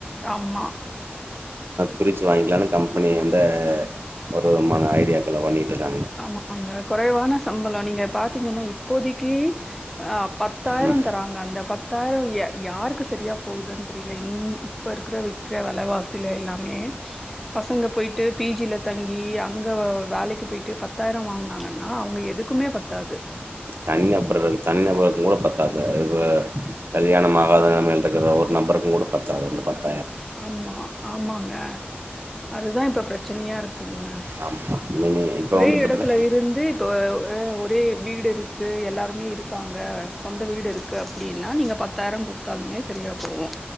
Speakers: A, in the centre; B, on the right (about 60°).
A: ஆமா
B: பிரிச்சு வாங்கிக்கலனு கம்பெனி அந்த ஒரு மன ஐடியாக்களே பண்ணிட்டுருக்காங்க
A: ஆமாங்க குறைவான சம்பளம் நீங்க பாத்தீங்கன்னா இப்போதைக்கி ஆ பத்தாயிரம்
B: ம்
A: தராங்க அந்த பத் த்தாயிரம் யா யாருக்கு சரியா போகுதுன்னு தெரியல ன் இப்ப இருக்ற விக்கிற வெலவா சில எல்லாமே பசங்க போயிட்டு பி ஜி ல தங்கி அங்க வேலைக்கு போயி ட்டு பத்தாயிரம் வாங்குனாங்கன்னா அவுங்க எதுக்குமே பத்தாது
B: தனி நபர்கள் இரு தனி நபர் மூட பத்தாது வ கல்யாணம் ஆகாத நிலமமை இருக்கிற ஒரு நபருக்கும் கூட பத்தாது அந்த பத்
A: ஆமா ஆமாங்க அதுதான் இப்ப பிரச்சனையா இருக்குங்க
B: ஆமா மினி இப்ப
A: ஒரே
B: வந்து பாத்தீங்கன்னா
A: இடத்துல இருந்து இப்ப அ அ ஒரே வீடு இருக்கு எல்லாருமே இருக்காங்க சொந்த வீடு இருக்கு அப்டின்னா நீங்க பத்தாயிரம் கொடுத்தாலுமே சரியா போகும்